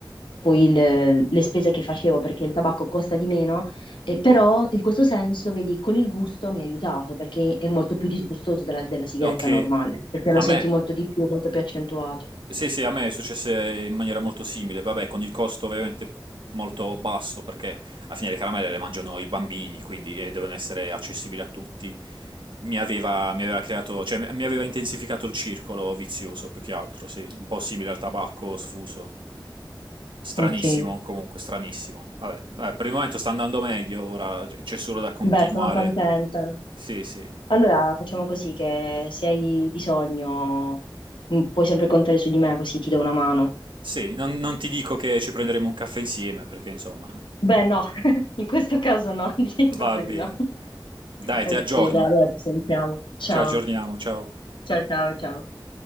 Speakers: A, on the left (about 80°); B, on the right (about 75°).
A: poi il- le spese che facevo perché il tabacco costa di meno e però in questo senso, vedi, con il gusto mi ha aiutato perché è molto più disgustoso della, della sigaretta
B: Ok,
A: normale, perché lo
B: a
A: senti
B: me.
A: molto di più, molto più accentuato.
B: Sì, sì, a me è successo in maniera molto simile, vabbè, con il costo ovviamente molto basso, perché alla fine le caramelle le mangiano i bambini, quindi eh, devono essere accessibili a tutti. Mi aveva, mi aveva creato, cioè mi mi aveva intensificato il circolo vizioso, più che altro, sì, un po' simile al tabacco sfuso. Stranissimo,
A: Ok,
B: comunque, stranissimo. Vabbè, vabbè, per il momento sta andando meglio, ora c'è solo da continuare.
A: beh, sono contenta.
B: Sì, sì.
A: Allora facciamo così che se hai bisogno mm, puoi sempre contare su di me così ti do una mano.
B: Sì, non, non ti dico che ci prenderemo un caffè insieme, perché insomma...
A: Beh, no, <laughs> in questo caso no, <laughs> direi proprio
B: Va bene.
A: di no.
B: Dai,
A: Ok,
B: ti aggiorno.
A: dai, allora ci sentiamo. Ciao,
B: Ci aggiorniamo, ciao.
A: ciao, ciao, ciao.